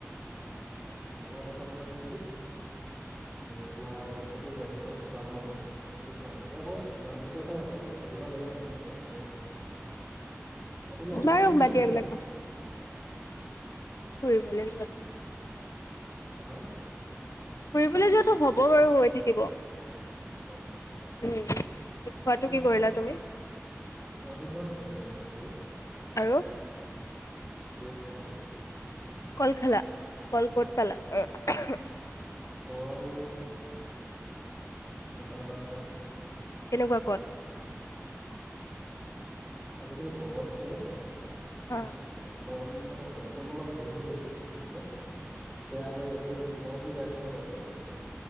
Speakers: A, in the centre; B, on the left.
A: লগতে কথাটো কি হ'ল উ এতিয়া বস্তু ফটো জেগাটো চোৱা হ'ল সেইখিনি চোৱা হল এতিয়া বছ মানুহ দুজন বা এজন সুধিব লাগিব কোন কোন যায় কোন কোন নাযায় আৰু ধৰি লোৱা এক্সট্ৰিম
B: বাৰু
A: বাজেট
B: বাদ দিয়া এইবিলাক
A: উ
B: কথা ফুৰিবলৈ যোৱাটো
A: অ
B: ফুৰিবলৈ যত টো হ'ব বাৰু হৈ থাকিব
A: অ
B: উম খোৱাটো
A: না
B: কি কৰিলা
A: ফুৰিব খোৱাটো
B: তুমি
A: মই ব্ৰেড খালো
B: আৰু
A: ব্ৰেড কল
B: কল খালা কল কত
A: অ
B: পালা এ এহে
A: কল দোকান পৰা
B: কেনেকুৱা কল
A: আজিকালি গম যে
B: হা?
A: এই ক মানে কল চলোৰ অলপ হেৰি হৈ গৈছে কি বুলি কয় বেয়া হৈ এই মৰহি যায় ব কয় যে